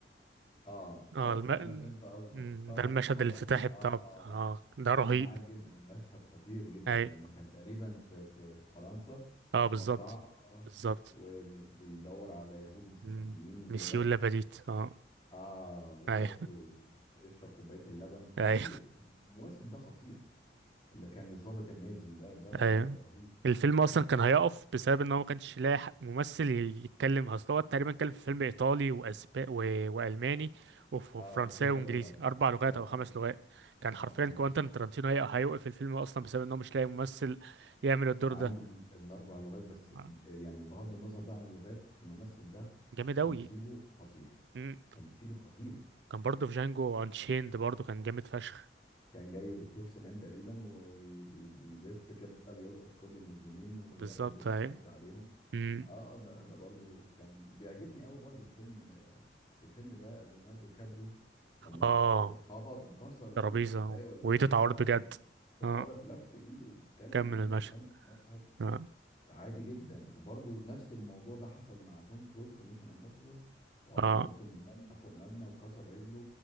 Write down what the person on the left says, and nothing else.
اه
بس
انا فهمت قصدك
طبعا
طبعا
اه
اه
انا معاك جدا مشهد خطير جدا
لما كان تقريبا في في في فرنسا
في
مزرعة آه،
وبيدور على يهود مستخبيين
وكده
اه بالظبط
ويشرب كوباية اللبن خطير
الممثل ده خطير اللي كان الضابط النازي ده ده
ده رهيب
اه كذا
لغة
اه
اه
اه
اه
عنده
ال- الاربع لغات بس
يعني بغض النظر بقى عن اللغات الممثل ده
تمثيله خطير
تمثيله خطير
كان جاي دكتور سنان تقريبا وبيلف كده بيلقط كل المجرمين وياخد
الباونتي
عليهم
اه آه، ده ده برضو كان بيعجبني قوي برضو فيلم في الفيلم ده ليوناردو دي كابريو لما
خبط وكسر
الكوبايه ودي
اه ودي
اتعورت
لف ايده واتكلم
عادي
وكمل المشهد
عادي جدا وبرضو نفس الموضوع ده حصل مع توم كروز في ميشن امبوسيبل وهو
بينط من مبنى فوق مبنى وكسر رجله